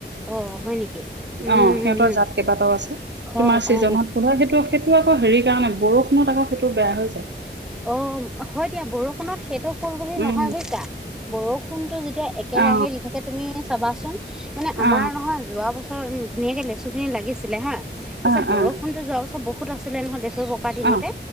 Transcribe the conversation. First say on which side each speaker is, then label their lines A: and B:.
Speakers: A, in the centre; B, on the right.
A: অ হয় নেকি উম
B: অ সিহঁতৰ
A: উম উম
B: জাত কেইবাটাও আছে।
A: অ
B: তোমাৰ ছিজনত
A: অ
B: বললে সেইটো। সেইটো আকৌ হেৰিৰ কাৰণে বৰষুণত আকৌ সেইটো বেয়া হৈ যায়।
A: অ হয় দিয়া, বৰষুণত সেইটো ফুল বুলি
B: উম
A: নহয় বুইচা বৰষুণতটো। এতিয়া একেৰাহে
B: অ
A: দি থাকে তুমি চাবাচোন মানে আমাৰ
B: অ
A: নহয় যোৱা বস্তু। ধুনীয়াকে লেচু খিনি লাগিছিলে হা, তাৰপিছত
B: অ
A: বৰষুণতো
B: অ
A: যোৱা বাছৰ বহুত আছিলে নহয় লেচু। থকা দিনতে
B: অ